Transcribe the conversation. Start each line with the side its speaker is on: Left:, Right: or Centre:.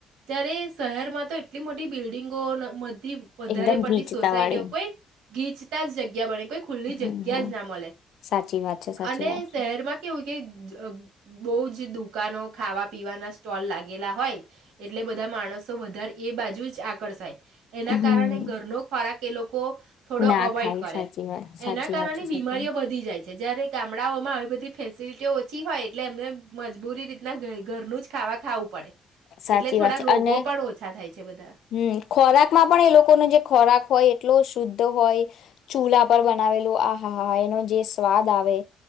Right: જ્યારે શહેરમાં તો એટલી મોટી બિલ્ડિંગો થી વધારે
Left: એકદમ
Right: પડતી
Left: ગીચતા
Right: સોસાયટીઓ
Left: વાળી
Right: કોઈ ગીચ તા જગ્યા બને તે ખુલ્લી જગ્યા
Left: હમ
Right: જ ના મલે.
Left: સાચી વાત છે સાચી
Right: અને
Left: વાત
Right: શહેરમાં કેવું કે જ અમ્મ અમ્મ બહુજ દુકાનો ખાવા પીવાના સ્ટોલ લાગ ગેલા હોય એટલે બધા માણસો વધાર એ બાજુ જ આકર્ષાય એના
Left: હમ
Right: કારણે ઘરનો ખોરાક એ લોકો થોડો
Left: ના
Right: અવોઈડ
Left: ખાય
Right: કરે.
Left: સાચી વાત સાચી
Right: એના કારણે
Left: વાત છે સાચી
Right: બીમારીઓ
Left: વાત
Right: બધી જાએ છે. જ્યારે ગામડાઓમાં આવી બધી ફેસિલિટીઓ ઓછી હોય એટલે એમને મજબૂરી રીતના ઘર-ઘરનું જ ખાવા ખાવું પડે.
Left: સાચી
Right: એટલે થોડા
Left: વાત છે.
Right: રોગો
Left: અને
Right: પણ ઓછા થાય છે બધા
Left: હમ્મ ખોરાકમાં પણ એ લોકોનો જે ખોરાક હોય એટલો શુદ્ધ તો હોય ચૂલા પર બનાવેલું આહા હા હા એનો જે સ્વાદ આવે